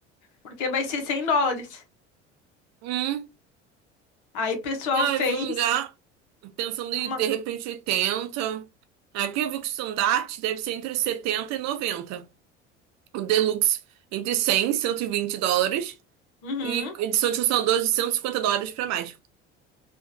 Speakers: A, on the left (about 55°); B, on the right (about 50°).
A: Porque vai ser 100 dólares.
B: Hum.
A: Aí, pessoal,
B: Ah,
A: fez
B: eu vi um lugar pensando em,
A: uma...
B: de repente, 80. Aqui eu vi que o standard deve ser entre 70 e 90. O deluxe entre 100 e 120 dólares.
A: Uhum.
B: E edição de funcionadores de 150 dólares pra mais.